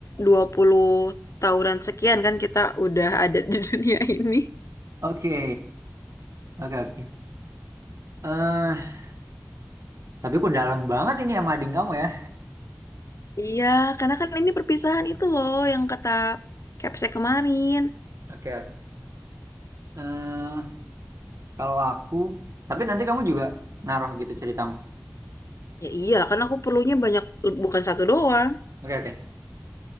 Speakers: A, on the left; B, on the right.
A: 20 tahunan sekian kan kita udah ada di dunia <laughs> ini.
B: Oke, oke oke. eh tapi kok dalam banget ini sama ading kamu ya.
A: Iya, karena kan ini perpisahan itu loh yang kata Kepse kemarin.
B: Oke, oke. eh kalau aku, tapi nanti kamu juga naruh gitu ceritamu.
A: Ya iyalah, karena aku perlunya banyak, bukan satu doang.
B: Oke, oke.